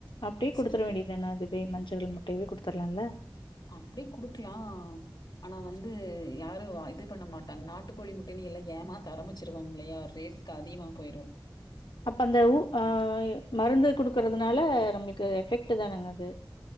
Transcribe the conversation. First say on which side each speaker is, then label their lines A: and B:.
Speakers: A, on the left (about 70°); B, on the left (about 55°).
A: அப்டியே
B: சரிங்க.
A: குடுத்துட வேண்டி தான அது பே மஞ்சள் முட்டையவே குடுத்துர்லால
B: அப்டி குடுக்லா ஆனா வந்து யாரு இது பண்ண மாட்டாங்க நாட்டுக்கோழி முட்டனு எல்லா ஏமாத் த ஆரமிச்சுடுவாங்லயா ரேட்க்கு அதிகமா போய்டு
A: அப்ப அந்த ஊ ஆ மருந்து குடுக்குறதுனால நம்மளுக்கு எஃபெக்ட் தானேங்க அது